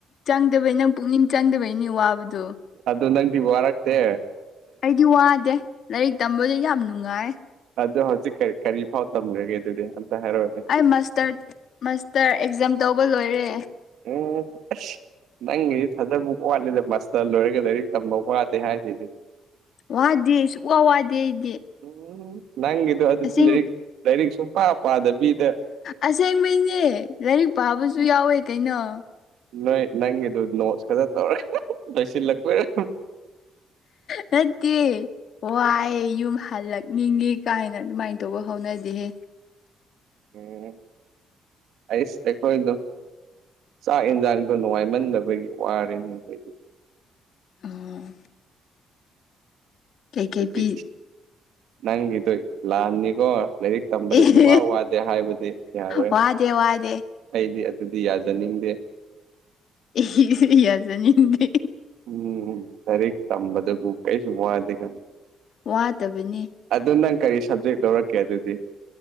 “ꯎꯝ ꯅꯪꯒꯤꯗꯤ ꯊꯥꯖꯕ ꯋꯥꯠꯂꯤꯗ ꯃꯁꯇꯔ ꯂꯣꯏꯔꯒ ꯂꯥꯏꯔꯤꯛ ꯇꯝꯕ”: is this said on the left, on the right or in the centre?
Right